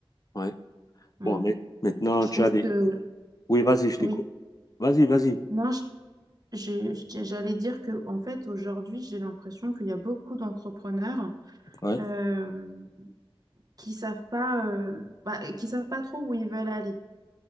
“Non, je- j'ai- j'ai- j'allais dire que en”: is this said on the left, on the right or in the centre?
Right